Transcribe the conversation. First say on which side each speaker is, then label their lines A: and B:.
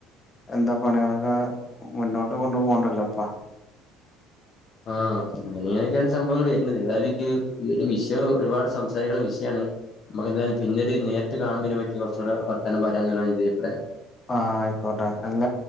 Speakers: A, on the left; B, on the left.
A: എന്താ പണികളൊക്കെ മുന്നോട്ട് കൊണ്ടു പോകണ്ടല്ലോ ഇപ്പ
B: ആ അങ്ങന ഇങ്ങനെയൊക്കെയാണ് സംഭവങ്ങൾ വരുന്നത്ഏതായാലും ഈ ഒരു വിഷയം ഒരുപാട് സംസാരിക്കുന്ന വിഷയമാണ് നമുക്ക് എന്തായാലും പിന്നെ ഒരു നേരിട്ട് കാണുമ്പോ ഇനി പറ്റി കുറച്ചുകൂടെ വർത്താനം പറയാന്നുള്ളതാണ് എന്റെ അഭിപ്രായം
A: ആ ആയിക്കോട്ടെ അല്ല